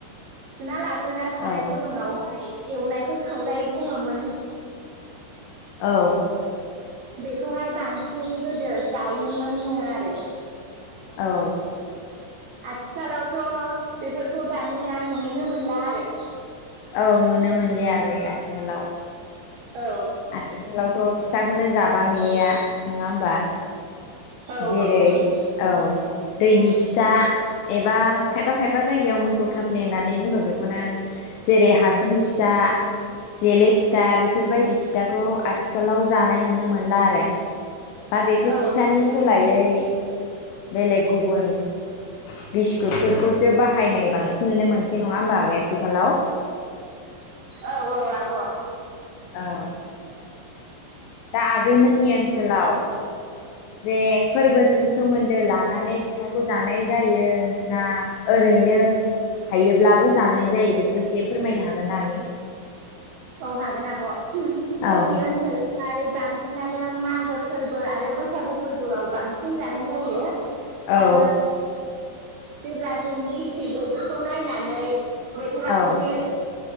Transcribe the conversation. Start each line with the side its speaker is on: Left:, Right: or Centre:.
Right: सुना लाग्रो ग्रोना साराय
Left: औ
Right: गुदुंआव एवनायखौ सौराय बुङोमोन।
Left: औ।
Right: बेखौहाय बांसिन गोदो जायोमोननो आरो।
Left: औ।
Right: आथिखालावथ' बेफोरखौ दानिया नुनोनो मोनला आरो
Left: औ नुनो मोनलि आगै आथिखालाव
Right: औ
Left: आथिखालावथ' फिथाखौनो जाबाय बांलिया नङा होमबा
Right: औ
Left: जेरै
Right: औ
Left: औ दैनि फिथा एबा खायफा खायफा जायगायाव मोसौ थाफ्ले होननानै बुङो बेखौनो जेरै हासुं फिथा जेले फिथा बेफोरबायदि फिथाखौ आथिखालाव जानाय नुनो मोनला आरो बा बेफोर
Right: औ
Left: फिथानि सोलाय यै बेलेग गुबुन बिस्कुटफोरखौसो बाहायनाय बांसिन नुनो मोनसै नङा होमबा आगै आथिखालाव
Right: औ औ आब'
Left: औ दा आगैमोननि ओनसोलाव जे फोरबोजों सोमोन्दो लानानै फिथाखौ जानाय जायो ना ओरैनो थायोब्लाबो जानाय जायो बेखौ एसे फोरमायनो हागोन ना आगै
Right: औ हागोन आब'
Left: औ
Right: जोंनि ओनसोल ओमफ्राय बांसिनानो मागो फोरबो आरो बैसागु फोरबोआव बांसिन जानाय जायो
Left: औ
Right: आरो जेब्ला जोंनि बोथोरखौ नायनानै बोथारा
Left: औ
Right: जुदि